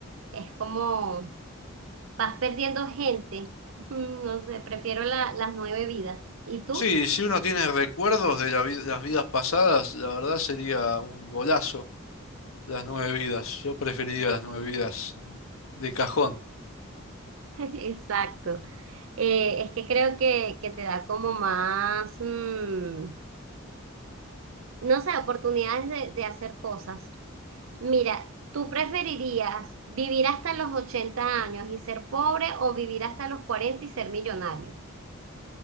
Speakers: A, on the right; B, on the left.
A: es como vas perdiendo gente. <laughs> No sé, prefiero la- las nueve vidas. ¿Y tú?
B: Sí, si uno tiene recuerdos de la vid- las vidas pasadas, la verdad sería un golazo las nueve vidas. Yo preferiría las nueve vidas de cajón.
A: <laughs> Exacto. Eh, es que creo que, que te da como más, mm, no sé, oportunidades de, de hacer cosas. Mira, ¿tú preferirías vivir hasta los 80 años y ser pobre o vivir hasta los cuarenta y ser millonario?